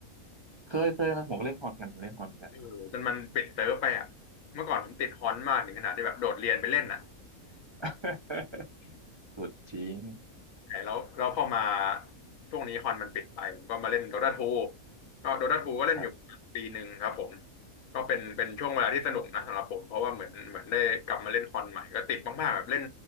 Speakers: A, on the right; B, on the left.
A: เคยเคยนะผมก็เล่นฮอนกันผมเล่นฮอนกัน
B: เออจนมันปิดเซิร์ฟไปอะเมื่อก่อนผมติดฮอนมากถึงขนาดที่แบบโดดเรียนไปเล่นน่ะ
A: <laughs> สุดจริง
B: <laughs> แต่แล้วแล้วพอมาช่วงนี้ฮอนมันปิดไปผมก็มาเล่นโด t a าทูก็โดตาทูก็เล่นอยู่ปีหนึ่งครับผม
A: ครับ
B: ก็เป็นเป็นช่วงเวลาที่สนุกนะสำหรับผมเพราะว่าเหมือนเหมือนได้กลับมาเล่นฮอนใหม่ก็ติดมากๆแบบเล่น